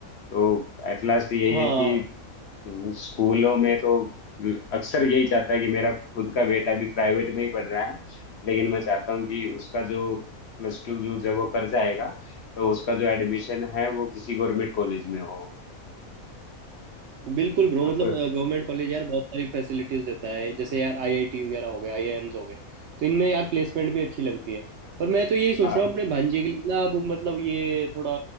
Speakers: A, on the left; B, on the right.
A: तो एट लास्ट यही
B: हाँ
A: है कि स्कूलों में तो अक्सर यही चाहता है कि मेरा खुद का बेटा भी प्राइवेट में ही पढ़ रहा है लेकिन मैं चाहता हूँ कि उसका जो प्लस टू जो जब वो कर जाएगा तो उसका जो एडमिशन है वो किसी गवर्नमेंट कॉलेज में हो
B: बिल्कुल ब्रो
A: आपको
B: मतलब गवर्नमेंट कॉलेज यार बहुत सारी फैसिलिटीज देता है जैसे यार आईआईटी वगैरह हो गए आईआईएम्स हो गए तो इनमें यार प्लेसमेंट भी अच्छी लगती है पर मैं तो यही सोच
A: हाँ
B: रहा हूँ अपने भांजे के लिए ना अब मतलब ये थोड़ा